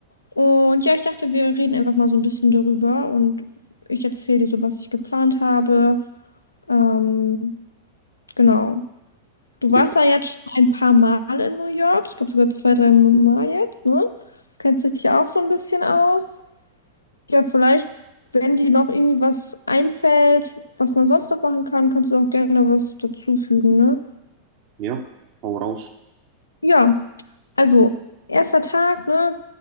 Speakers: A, on the left (about 75°); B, on the right (about 45°).
A: Und ja, ich dachte, wir reden einfach mal so ein bisschen darüber und ich erzähle dir so, was ich geplant habe. Ähm, genau. Du
B: Ja,
A: warst ja jetzt schon ein paar Mal in New York. Ich glaube sogar zwei, drei Mal jetzt, ne? Du kennst dich ja auch so ein bisschen aus. Ja, vielleicht, wenn dir noch irgendwie was einfällt, was man sonst noch machen kann, kannst du auch gerne was dazufügen, ne?
B: ja, hau raus.
A: Ja, also, erster Tag, ne?